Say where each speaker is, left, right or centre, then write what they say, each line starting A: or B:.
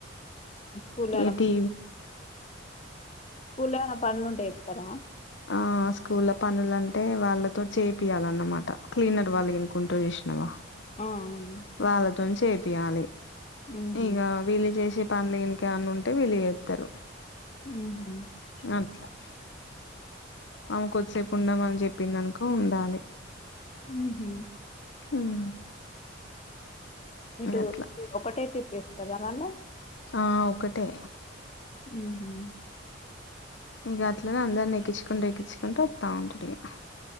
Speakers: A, on the left (about 35°); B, on the left (about 65°).
A: స్కూల్లో ఏమైనా
B: ఏటి
A: స్కూల్ల్లో ఏమన్న పనులుంటే చెప్తారా
B: ఆ ఆ స్కూళ్ళ పనులంటే వాళ్ళతో చేపియాలన్నమాట క్లీనర్ వాళ్ళు ఎనుకుంటో చేసినావా
A: ఆ ఆ
B: వాళ్ళతో చేపియాలి
A: హుహు.
B: ఇగ వీళ్ళు చేసే పనులు ఇంకేమన్నా ఉంటే వీళ్ళు చేస్తారు
A: ఊహూ
B: అట్లా ఆమె కొద్దిసేపు ఉండమని చెప్పిందనుకో ఉండాలి
A: ఊహూ
B: హ్మ్
A: ఇదే
B: అట్లా
A: ఒకటే తిప్పేస్తుదా మళ
B: ఆ ఒకటే
A: ఊహూ
B: ఇక అట్లనే అందరిని ఎక్కించుకుంటే ఎక్కించుకుంటూ వస్తా ఉంటాడు ఇక